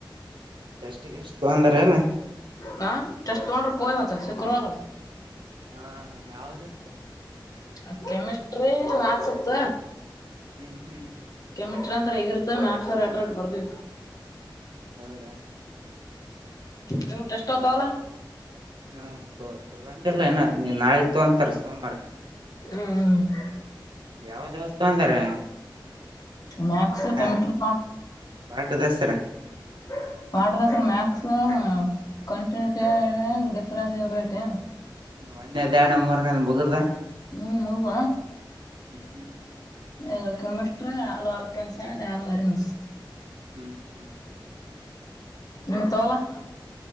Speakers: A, on the right; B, on the left.
A: ಎಷ್ಟಿಗೆ ಎಷ್ಟು ತೊಂದರೆ ಅಲ್ಲ
B: ಹಾ ಟೆಸ್ಟ್ ತಗೊಂಡ್ರೂ ಪೋನ್ ಹಚ್ಚ ಶುಕ್ರವಾರ
A: ಹಾ ಯಾವ್ದತ್
B: ಅದ್ ಕೆಮಿಸ್ಟ್ರಿ ಮ್ಯಾಥ್ಸ್ ಇತ್ತ
A: ಹ್ಮ್ ಹ್ಮ್
B: ಕೆಮಿಸ್ಟ್ರಿ ಅಂತರೆ ಹೆಗಿರುತ್ತೆ ಮ್ಯಾಕ್ಸ್ ಅರೆ ಎ್ರಟ್ ಬರ್ದಿನಿ.
A: ಹೌದಾ
B: ನೀವು ಟೆಸ್ಟ್ ಹತಾಲ್ಲಾ
A: ನಾ ತೊಗೊಂಡಿಲ್ಲ ಇನ್ನ ನೀ ನಾಳೆ ತಗಂತಾರೆ ಸೋಮವಾರ
B: ಹ್ಮ್ ಹೂ
A: ಯಾವ್ದ್ ಯಾವ್ದ್ ತಂದರೆ
B: ಮ್ಯಾಥ್ಸ್
A: ಮ್ಯಾಲ್
B: ಕೆಮಿಸ್ಟ್ರಿ
A: ಪಾಠದ್ ಹೆಸರಾ
B: ಹ <unintelligible> ಪಾಠದ ಹೆಸರು ಮ್ಯಾಕ್ಸ್ ಕಂಟಿನ್ಯೂಟಿ ಡಿಫರೆನಸ್ ಎಬಿಲಿಟಿ
A: ಒನ್ಯದ್ ಯಣ್ಣ ಮೂರನೇಂದ್ ಬೂಗರ್ದ
B: ಹ್ಮ್ ಮೂಗ
A: ಹ್ಮ್
B: ಇದು ಕೆಮಿಸ್ಟ್ರಿ ಆಳೊ ಅಲಕೇನಸ್ ಅಂಡ್ ಆಳೊ ಅರೇನಸ್
A: ಹ್ಮ್ ಹ್ಮ್
B: ನಿನ್ ತಾಗೊಳೊ